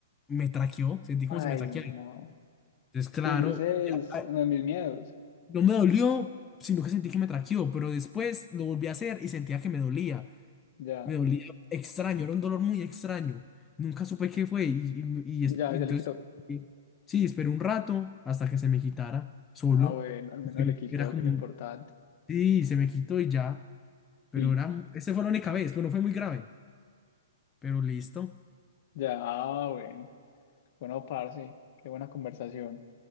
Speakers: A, on the left; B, on the left.
A: me traqueó. Sentí como
B: Ay,
A: si me traqueara.
B: no.
A: Entonces, claro,
B: Ese ese
A: ya,
B: es
A: ah,
B: uno de mis miedos.
A: no me dolió, sino que sentí que me traqueó. Pero después lo volví a hacer y sentía que me dolía.
B: Ya,
A: Me dolía extraño, era un dolor muy extraño. Nunca supe qué fue y, y- y
B: ya,
A: es- y
B: ya
A: entonces,
B: le quitó.
A: eh, sí, esperé un rato hasta que se me quitara solo.
B: Ah, bueno, al menos
A: porque
B: le quitó,
A: Era Vale.
B: que es
A: como,
B: lo importante.
A: sí, se me quitó y ya, pero
B: Y
A: era, esa fue la única vez, pero no fue muy grave, pero listo.
B: ya, ah, bueno. Bueno, parce, qué buena conversación.